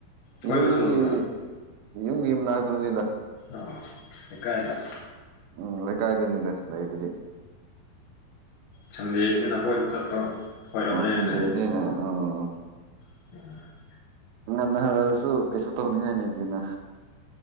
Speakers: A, on the left; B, on the right.
A: ꯀꯣꯏꯕ
B: ꯌꯨꯝꯒꯤ
A: ꯆꯠꯂꯨꯕ꯭ꯔꯥ
B: ꯌꯨꯝꯒꯤ ꯃꯅꯥꯛꯇꯅꯤꯗꯥ
A: ꯑꫭ ꯂꯩꯀꯥꯏꯗꯥ
B: ꯎꯝ ꯂꯩꯀꯥꯏꯗꯅꯤꯅ ꯂꯩꯕꯗꯤ
A: ꯁꯟꯗꯦꯅꯤꯅ ꯀꯣꯏꯕ ꯆꯠꯄꯤ ꯑꯣꯏꯔꯝꯅꯤꯅꯦ
B: ꯁꯟꯗꯦꯅꯦꯅ ꯑ <unintelligible> ꯑꯣ
A: <inaudible>
B: ꯉꯟꯅꯥ ꯍꯥꯟꯂꯛꯑꯁꯨ ꯀꯩꯁꯨ ꯇꯧꯅꯤꯡꯉꯥꯏ ꯂꯩꯇꯦꯅꯥ